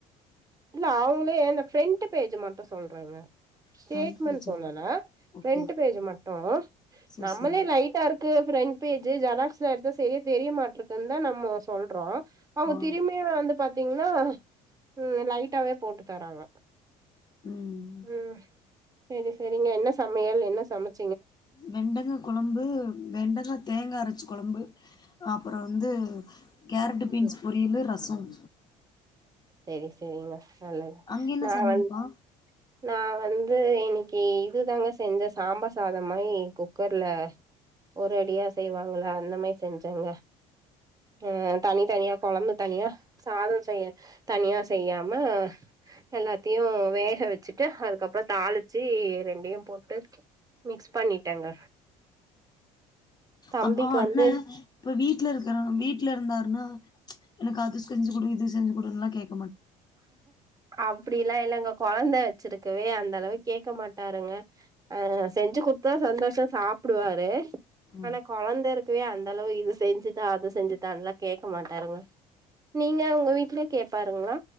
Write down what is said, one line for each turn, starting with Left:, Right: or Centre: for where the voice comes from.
Right: இல்ல அவுங்களே அந்த ஃப்ரண்ட்டு பேஜு மட்டு சொல்றாங்க. ஸ்டேட்மெண்ட்
Left: ஃப்ரண்ட் பேஜா
Right: சொல்லல ஃப்ரண்ட்
Left: ஓகே ஓகே
Right: பேஜ் மட்டு
Left: சரி
Right: நம்மளே
Left: சரி
Right: லைட்டா இருக்கு ஃப்ரென்ட் பேஜு ஜெராக்ஸ் தா எடுத்த செரியா தெரிய மாட்ருக்குன்தா நம்ம சொல்றோ. அவங்க
Left: ஆ
Right: திரும்மியு வந்து பாத் தீங்னா ம் லைட்டாவே போட்டு தராங்க.
Left: ம்
Right: உம் சரி சேரிங்க என்ன சமயல்? என்ன சமச்
Left: வெண்டங்கா கொழம்பு வெண்டங்கா தேங்கா அரச்சு கொழம்பு அப்பறோ வந்து கேரட்டு
Right: ம்
Left: பீன்ஸ் பொரியலு ரசம்
Right: செரி செரிங்க நல்லது
Left: அங்க என்ன
Right: நா
Left: சமையல்ப்பா
Right: வந் நா வந்து இன்னிக்கு இதுதாங்க செஞ்ச சாம்பார் சாதம் மாதிரி குக்கர்ல ஒரு அடியா செய்வாங்களா அந்த மாதிரி செஞ்சேங்க உம் தனி தனிய கொழம்பு தனியா சாதம் செய்ய தனியா செய்யாம எல்லாத்தியு வேக வ ச்சுட்டு அதுக்கப்றோ தாளிச்சு ரெண்டையு போட்டு மிக்ஸ் பண்ணிட்டேங்க தம்பிக்கு
Left: உம் ஆ அண்ண
Right: வந்து
Left: இப்ப வீட் ல இருக்கறனா வீட்ல இருந்தாருன்னா என்னகு அது செஞ்சுடு இது செஞ்சு குடுலா கேட்
Right: அப் டில்லாம் இல்லங்க கொழந்த வச்சிருக்கவே அந்த அளவு கேட்க மாட்டாருங்க அஹ் செஞ்சு குத்தா சந்தோஷம் சாப்பிடுவாரு
Left: ம்.
Right: ஆனா கொழந்த இருக் குவே அந்த அளவு இது செஞ்சுதா அது செஞ்சுதால்லாம் கேட்க மாட்டாருங்கள நீங்க உங்க வீட்டுல கேப்பாருங்களா